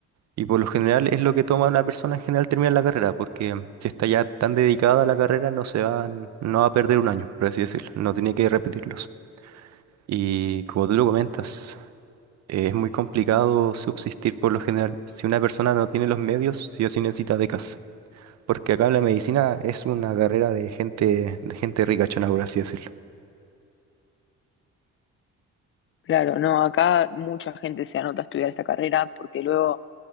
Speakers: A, on the right; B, on the left.
A: Y por lo general es lo que toma una persona en general terminar la carrera, porque si está ya tan dedicada a la carrera no se va, no va a perder un año, por así decirlo, no tiene que repetirlos. Y como tú lo comentas, eh, es muy complicado subsistir por lo general. Si una persona no tiene los medios, sí o sí necesita becas, porque acá en la medicina es una carrera de gente, de gente ricachona, por así decirlo.
B: Claro, no, acá mucha gente se anota a estudiar esta carrera porque luego